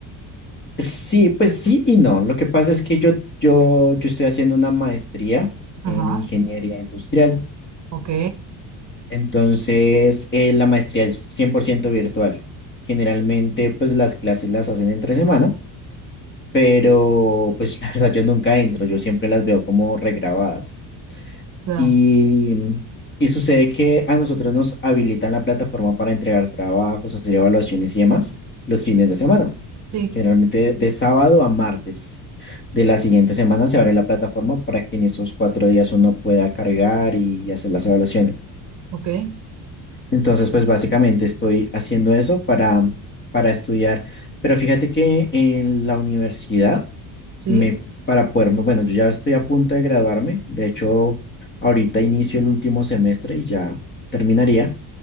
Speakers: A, on the left; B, on the right.
A: Sí, pues sí y no. Lo que pasa es que yo, yo, yo estoy haciendo una maestría
B: Ajá,
A: en ingeniería industrial.
B: ok.
A: Entonces, eh, la maestría es 100% virtual. Generalmente, pues las clases las hacen entre semana. pero pues <laughs> la verdad yo nunca entro, yo siempre las veo como regrabadas.
B: Claro.
A: Y, y sucede que a nosotros nos habilitan la plataforma para entregar trabajos, hacer evaluaciones y demás los fines de semana,
B: Sí,
A: generalmente de sábado a martes. De la siguiente semana se abre la plataforma para que en esos cuatro días uno pueda cargar y hacer las evaluaciones.
B: ok.
A: Entonces, pues básicamente estoy haciendo eso para, para estudiar. Pero fíjate que en la universidad
B: Sí,
A: me, para poderme, bueno, yo ya estoy a punto de graduarme, de hecho, ahorita inicio el último semestre y ya terminaría,